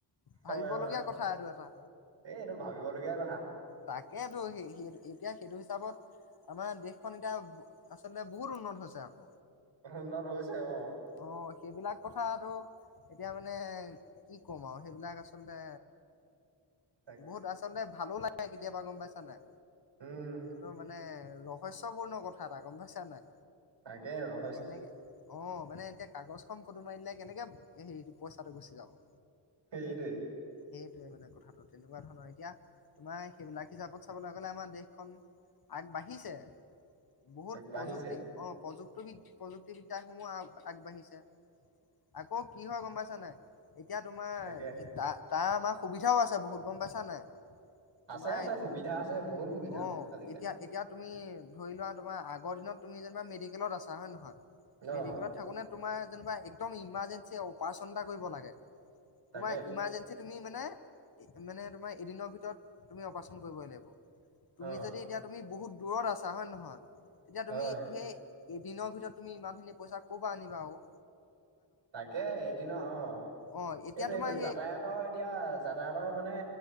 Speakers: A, on the right; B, on the left.
A: হয়
B: ভাবিবলগীয়া
A: হয়
B: কথা এইটো এটা।
A: এই এইটো ভাবিবলগীয়া কথা
B: তাকেইতো! এতিয়া সেইটো হিচাপত আমাৰ দেশখন এতিয়া আচলতে বহুত উন্নত হৈছে আক'।
A: উন্নত হৈছে অ'।
B: অ' সেইবিলাক কথা টো এতিয়া মানে কি ক'ম আৰু সেইবিলাক আচলতে
A: <inaudible>
B: বহুত আচলতে ভালো লাগে কেতিয়াবা গম পাইছা নাই।
A: উম
B: টো মানে ৰহস্যপূৰ্ণ কথা এটা গম পাইছা নাই।
A: তাকে আৰু।
B: এনেকে অ' মানে এতিয়া কাগজখন ফটো মাৰি দিলে কেনেকে হেৰিটো পইচাটো গুচি যাব।
A: সেইটোৱে।
B: সেইটোৱে মানে কথাটো তেনেকুৱা ধৰণৰ, এতিয়া তোমাৰ সেইবিলাক হিচাপত চাবলৈ গ'লে আমাৰ দেশখন আগবাঢ়িছে। বহুত
A: আগবাঢ়িছে
B: প্ৰযুক্তি অ' প্ৰযুক্তিবি-প্ৰযুক্তিবিদ্যাসমূহ আগ-আগবাঢ়িছে। আকৌ কি হয় গম পাইছা নাই এতিয়া তোমাৰ
A: তাকে
B: ইতা তাৰ আমাৰ সুবিধাও আছে বহুত গম পাইছা নাই।
A: আছে
B: তোমাৰ
A: আছে সুবিধা আছে, বহুত সুবিধা
B: অ',
A: আজিকালি।
B: এতিয়া এতিয়া তুমি ধৰি লোৱা তোমাৰ আগৰ দিনত তুমি যেনিবা মেডিকেলত আছা হয়নে নহয়,
A: অ
B: মেডিকেলত থাকোঁতে তোমাৰ যেনিবা একদম ইমাৰ্জেঞ্চি অপাৰেশ্যন এটা কৰিব লাগে,
A: তাকে
B: তোমাৰ ইমাৰজেন চি তুমি মানে, মানে তোমাৰ এদিনৰ ভিতৰত তুমি অপাৰেশ্যন কৰিবই লাগিব। তুমি
A: অ
B: যদি এতিয়া তুমি বহুত দূৰত আছা হয়নে নহয়, তেতিয়া
A: হয়
B: তুমি এ, এদিনৰ ভিতৰত তুমি ইমানখিনি পইচা ক'ৰ পৰা আনিবা অ'।
A: তাকে এদিনৰ, অ'।
B: অ', এতিয়া
A: সেইটোৱেইটো
B: তোমাৰ সেই
A: যাতায়তৰ এতিয়া যাতায়তৰ মানে